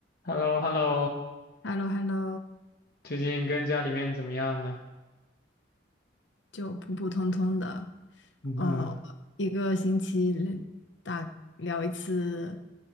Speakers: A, on the left; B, on the left.
A: h e l l o h e l l o
B: h e l l o h e l l o
A: 最近跟家里面怎么样呢？
B: 就普普通通的，
A: 嗯，
B: 呃，一个星期里打聊一次，